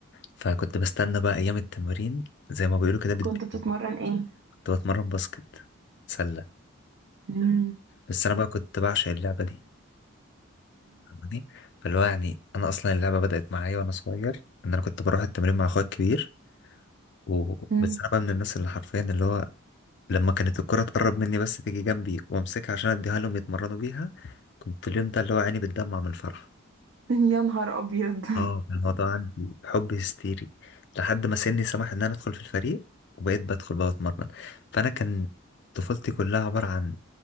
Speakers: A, on the left; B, on the right.
A: فكنت بستنى بقى ايام التمرين زي ما بيقولوا كده بالدقيقه
B: كنت بتتمرن ايه
A: كنت بتمرن باسكت سله
B: مم.
A: بس انا بقى كنت بعشق اللعبه دي فاهماني؟ فاللي هو يعني انا اصلا اللعبه بدات معايا وانا صغير ان انا كنت بروح التمرين مع اخويا الكبير و...
B: مم.
A: بس انا بقى من الناس اللي حرفيا اللي هو لما كانت الكره تقرب مني بس تيجي جنبي وامسكها عشان اديها لهم يتمرنوا بيها كنت اليوم ده اللي هو عيني بتدمع من الفرحه
B: <laughs> يا نهار ابيض
A: اه كان الموضوع عندي حب هستيري لحد ما سني سمح ان انا ادخل في الفريق وبقيت بدخل بقى اتمرن فانا كان طفولتي كلها عبارة عن